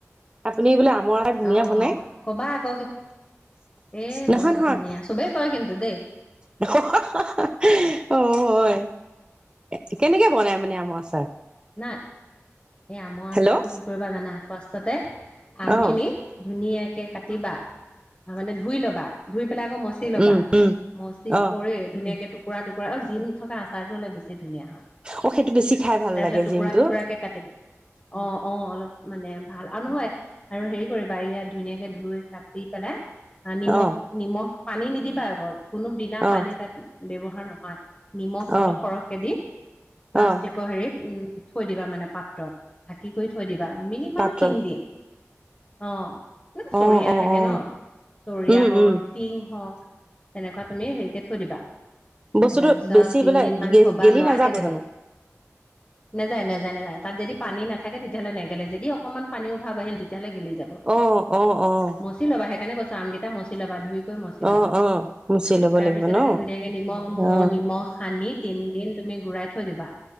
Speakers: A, on the right; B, on the left.
A: আপুনি বোলে ৰ ধুনীয়া
B: অ
A: বনাই
B: ক'বা আকৌ এ
A: নহয়
B: বহুত
A: নহয়
B: ধুনীয়া চবেই কয় কিন্তু দেই
A: অহ অ হেই হেই অ হয়, এ কেনেকে বনাই মানে আমৰ আচাৰ?
B: নাই এই আমৰ আচাৰটো
A: হেল্ল' অ
B: কি কৰিবা জানা ফাৰ্ষ্টতে আমখিনি
A: অ
B: ধুনীয়াকে কাটিবা মানে ধুই লবা ধুই পেলাই আকৌ মচি লবা
A: উম উম
B: মচি
A: অ
B: কৰি ধুনীয়াকে টুকুৰা টুকুৰা আৰু জিম থকা আচাৰটো হ'লে বেছি ধুনীয়া হয়
A: অ সেইটো বেছি খাই ভাল
B: তাৰপিছত
A: লাগে
B: টুকুৰা
A: জিমটো
B: টুকুৰাকে কাটিবা অ অ অলপ মানে ভাল আৰু নহয় আৰু হেৰি কৰিবা ইয়াত ধুনীয়াকে ধুই কাটি পেলাই আহ নিমখ
A: অ
B: নিমখ পানী নিদিবা আকৌ কোনো বিনা
A: অ
B: পানী তাত ব্যৱহাৰ নহয়, নিমখ
A: অ
B: অলপ সৰহকে দি প্লাষ্টিকৰ
A: অ
B: হেৰিত থৈ দিবা মানে পাত্ৰত ঢাকি কৰি থৈ দিবা মিনিমাম
A: পাত্ৰত
B: তিনি দিন অ এনে চৰিয়া
A: অ অ
B: থাকে
A: অ
B: ন চৰিয়া
A: উম
B: হওক
A: উম
B: টিং হওক তেনেকুৱা তুমি হেৰিকে থৈ দিবা
A: বস্তুটো
B: তাৰপিছত
A: বেছি
B: তিনদিনমান
A: বোলে
B: থবা
A: গেলি
B: লৰাই
A: নাযাব
B: থাকিবা
A: জানো
B: নেযায় নেযায় নাযায় তাত যদি পানী নাথাকে তেতিয়াহ'লে নেগেলে যদিকমান পানীও অকমান পানী অভাৱ আহিল তেতিয়াহলে গেলি যায়
A: অ অ অ
B: মচি ল'বা সেইকাৰণে কৈছো আমকেইটা মচি ল'বা ধুই মচি
A: অ
B: ল'বা
A: অ মুচি ল'ব
B: তাৰ
A: লাগিব
B: পিছত
A: ন
B: ধুনীয়াকে নিমখ
A: অ
B: নিমখ সানিত তিনিদিন তুমি ঘূৰাই থৈ দিবা